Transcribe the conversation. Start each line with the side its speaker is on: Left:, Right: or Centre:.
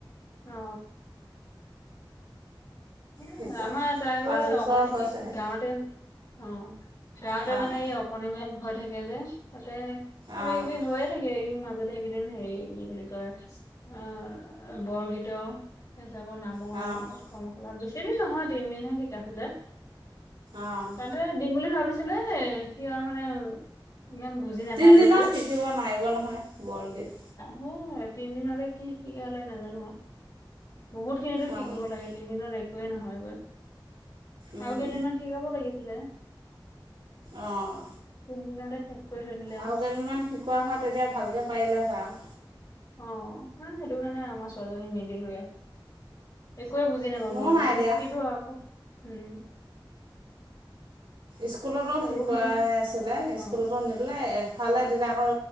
Left: অ অ। উম
Right: শিকোৱা
Left: আমাৰ এতাই আকৌ
Right: পাঁচ
Left: এই
Right: বছৰ
Left: অকনি
Right: হৈছেহে
Left: স্কু গাঁৱতে অ', গাঁৱতে
Right: অঁ
Left: মানে এই অ কনিমেল হৈ থাকে যে তাতে কিবা
Right: অঁ
Left: কিবি হয় থাকে, ই মাজতে এইকেইদিন হেৰি কি বুলি কয় অ', বৰগীতৰ তাৰ পিছত আকৌ নাম
Right: অ'।
Left: আমাৰ বেছি দিন নহয়, তিনদিন হে শিকাইছিলে।
Right: অঁ
Left: তাতে দিম বুলি ভাবিছিলো, এ সি আৰু মানে ইমান বুজি নাপায়গৈ
Right: তিনিদিনত
Left: যে
Right: শিকিব নোৱাৰিব নহয় বৰগীত।
Left: মই, তিনদিনতে কি শিকালে নাজানো। বহুতখিনিতো শিকিব
Right: অঁ
Left: লাগে তিনদিনত একোৱেই নহয়গৈ
Right: উম
Left: আৰু কেইদিনমান শিকাব লাগিছিলে?
Right: অঁ।
Left: তিনিদিনতে শেষ। কৰি থৈ দিলে
Right: আৰু কেইদিনমান শিকোৱা হয় তেতিয়া ভালকৈ পাৰিলে হয় আও।
Left: অ, হ সেইটো কাৰণে আমাৰ ছোৱালীজনী নিদিলোয়ে। একোৱে বুজি নাপাব
Right: মোৰো নাই
Left: সিহঁতে
Right: দিয়া
Left: সেইটো আকৌ উম।
Right: স্কুলতো
Left: সৰুখিনি
Right: শিকোৱাই আছিলে,
Left: অ
Right: স্কুলতো নিদিলে এফালে দিলে আকৌ